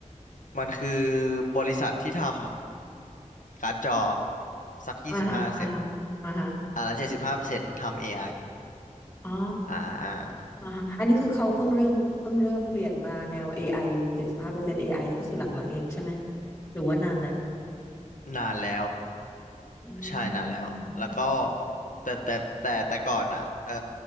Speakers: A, on the left (about 80°); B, on the left (about 25°).
A: มันคือบริษัทที่ทำการ์ดจอสักยี่สิบห้าเปอร์เซ็นต์
B: อ่าฮะอ่าฮะอ่าฮะ
A: อ่าแล้วเจ็ดสิบห้าเปอร์เซ็นต์ทำ AI
B: อ๋อ
A: อไออ่า
B: อ่าฮะอันนี้คือเขาเพิ่งเริ่มเพิ่งเริ่มเปลี่ยนมาแนว AI 75% AI นต์เอไอนี่ก็คือหลังๆเองใช่ไหมหรือว่านานแล้ว
A: นานแล้ว
B: อื
A: ใช่นานแล้ว
B: ม
A: แล้วก็แต่แต่แต่แต่ก่อนอ่ะเอ่อ